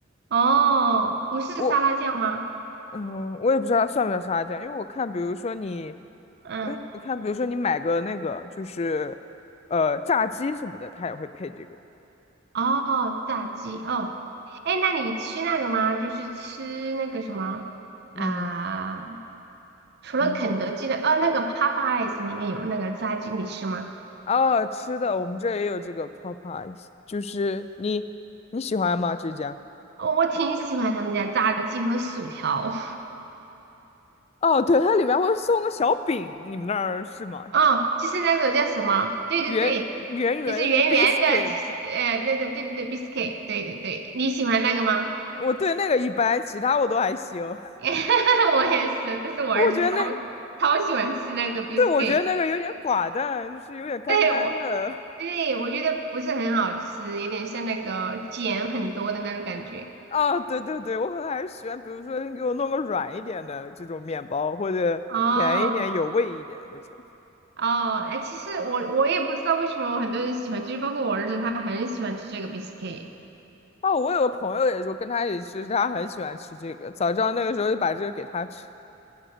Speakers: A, on the right; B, on the left.
A: 哦，不是沙拉酱吗？
B: 我嗯，我也不知道它算不算沙拉酱，因为我看，比如说你，
A: 嗯，
B: 因为你我看，比如说你买个那个就是呃炸鸡什么的，它也会配这个。
A: 哦，炸鸡哦，哎，那你吃那个吗？就是吃那个什么啊、
B: 嗯
A: 除了肯德基的，
B: 嗯，
A: 呃、那个 Popeyes 里面有那个炸鸡，你吃吗？
B: 哦，吃的我们这儿也有这个 Popeyes，就是你你喜欢吗？这家？
A: 哦，我挺喜欢他们家炸鸡和薯条。
B: 哦，对，它里面会送个小饼，你们那儿是吗？
A: <laughs> 哦，就是那种叫什么？对对对，
B: 圆圆圆的那个
A: 就是圆圆的，
B: biscuit，
A: 呃，那个对对对，biscuit，对对对，你喜欢那个吗？
B: 我对那个一般，其他我都还行。<laughs>
A: <laughs> 我也是，但是我儿子超
B: 我觉得那个。
A: 超喜欢吃那个 biscuit，
B: 对，我觉得那个有点寡淡，就是有点干干的。
A: 对我，对我觉得不是很好吃，有点像那个碱很多的那种感觉。
B: 啊，对对对，我可能还是喜欢，比如说你给我弄个软一点的这种面包，或者甜一点、
A: 哦
B: 有味一点的那种。
A: 哦，哎，其实我我也不知道为什么我很多人喜欢，就是包括我儿子，他很喜欢吃这个 biscuit。
B: 哦，我有个朋友也就跟他一起吃，他很喜欢吃这个，早知道那个时候就把这个给他吃。